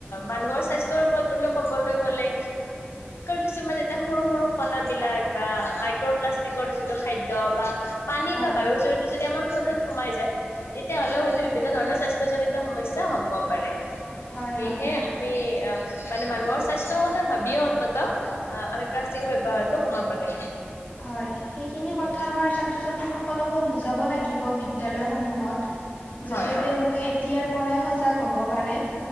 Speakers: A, on the left; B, on the left.
A: মানুহৰ স্বাস্থ্যৰ ওপৰত বুলি ক ক'বলৈ গ'লে। কিছুমান যেতিয়া সৰু-সৰু কলাাবলাক বা মাইক্ৰ'প্লাষ্টিকৰ যিটো খাদ্য বা পানী
B: হয়,
A: বা বায়ুৰ জৰিয়তে যদি আমাৰ শৰীৰত সোমাই যায়, তেতিয়া হ'লেও হয়তো বিভিন্ন ধৰণৰ স্বাস্থ্যজনিত সমস্যা হ'ব পাৰে।
B: হয়,
A: সেয়হে
B: হয়।
A: আমি মানে মানুহৰ স্বাস্থ্যৰ কথা ভাবিে অন্ততঃ আহ আমি প্লাষ্টিকৰ ব্যৱহাৰতটো কমাব লাগিব।
B: হয়, সেইখিনি কথা
A: উম,
B: আমাৰ ছাত্ৰ-ছাত্ৰীসকলকো বুজাব লাগিব বিদ্যালয়সমূহত। যাতে
A: হয়
B: তেওঁলোকে এতিয়াৰ পৰাই সজাগ হ'ব পাৰে।